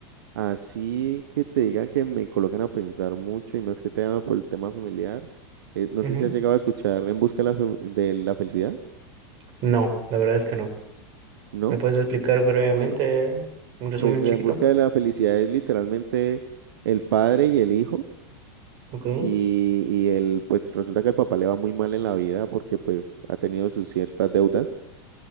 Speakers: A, on the right; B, on the right.
A: así que te digan que me colocan a pensar mucho y más que te llama por el tema familiar. eh, no
B: Ujú.
A: sé si has llegado a escuchar En busca de la, fe- de la felicidad,
B: No, la verdad es que no.
A: ¿no?
B: ¿Me puedes explicar brevemente
A: Bueno,
B: un resumen
A: pues
B: chiquito?
A: En busca de la felicidad es literalmente el padre y el hijo
B: Ok.
A: Y, y él, pues resulta que el papá le va muy mal en la vida porque pues ha tenido sus ciertas deudas